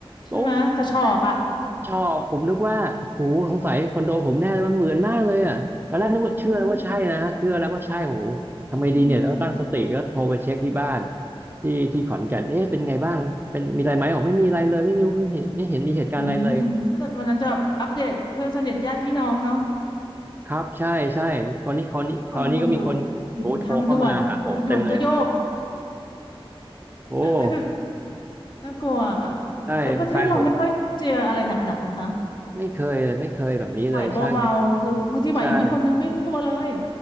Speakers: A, on the left (about 50°); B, on the right (about 20°).
A: ใช่ไหมกระชอกอะ
B: โอ้ ชอบผมนึกว่าโอ้โหสงสัยคอนโดผมแน่เลยมันเหมือนมากเลยอ่ะตอนแรกนึกว่าเชื่อแล้วว่าใช่นะฮะเชื่อแล้วว่าใช่โอ้โหทำไมดีเนี่ยแล้วตั้งสติก็โทรไปเช็คที่บ้าน
A: อืมอืม
B: ที่ที่ขอนแก่นเอ๊ะเป็นไงบ้างเป็นมีอะไรไหมบอกไม่มีอะไรเลยไม่มีไม่เห็นไม่เห็นมีเหตุการณ์อะไรเลย
A: อืมใช่แต่วันนั้นจะอัปเดตเพื่อนสนิทญาติพี่น้องเนาะ
B: ครับใช่ใช่คราวนี้คราวนี้คราวนี้ก็มีคนโทรโทรเข้ามาหาผมเต็มเลย
A: มีคนบางคนอยู่อยู่บนทางด่วนทางด่วนก็โยก
B: โอ้
A: <laughs> คือ น่ากลัวอะ
B: ใช่แฟนผม
A: เออประเทศเราไม่ค่อยเจออะไรหนักๆเลยค่ะ
B: ไม่เคยเลยไม่เคยแบบนี้เลยใช่
A: ไหวเบาๆคือบางทีไหวยังไม่คนยังไม่รู้ตัวเลย
B: ใช่